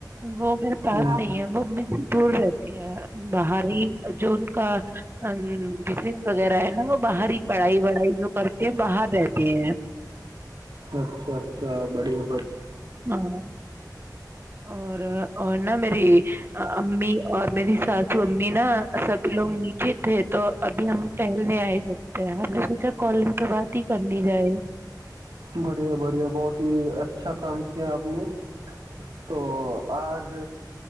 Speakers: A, on the right (about 30°); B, on the right (about 80°).
A: وہ میرے پاس
B: ہوں
A: نہیں ہے وہ م سے دور رہتی ہے باہر ہی جو ان کا ا ہ ز وغیرہ ہے نا وہ باہر ہی پڑھائی وڑھائی جو پر باہر رہتے ہیں
B: اچھا اچھا بڑیا
A: ہاں اور اور ن میری امی اور میری ساسو امی نا سبھی لوگ نیچے تھے تو ابھی ہم ٹہلنے آئے سکتے ہیں ہم نے سوچا کالنگ تو بات ہی کر لی جائے
B: بڑھیا بڑھیا بہت ہی اچھا کام کیا آپ نے تو آج